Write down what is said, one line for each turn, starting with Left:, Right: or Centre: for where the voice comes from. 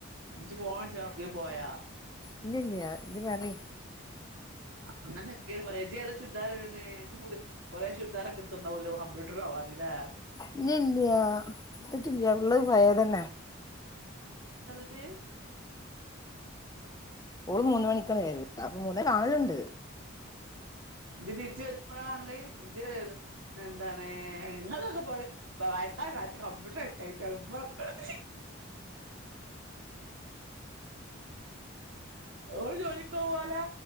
Right: ഇജ് ഫോൺ വെച്ച് ഒട്ക്കേ പോയോ
Left: ഇല്ല ഇല്ലയ ഇജ് പറി
Right: അങ്ങനെക്കെ പറ ഇജ് ഏതാചുരിദാ റ് ഇട് ണേ അൻ ക്ക് കു കൊറെ ചുരിദാർ എടുതീണ്ടാവല്ലോ കമ്പ്യൂട്ടർ പോവാൻ ലേ
Left: ഇല്ല ഇല്ലയാ ഇട് തിട്ടില്ല ഉള്ളത് പയേതന്നെ
Right: ത്ത്
Left: ഓള് മൂന്ന്മണിക്കാണ് വരു അപ്പൊ മൂന്നെ കാണലുണ്ട്
Right: ഇബ് തിരിച്ചവരുമ്പോഴ കാണല്എന്താണ് ഇങ്ങൊക്കെ പോയി വയസ്സായ കാലത്ത് കമ്പ്യൂട്ടർ പടിക്കാഞ്ഞിട്ടാ പ്പം ഓള്ജോലിക്ക് പോവോ ലേ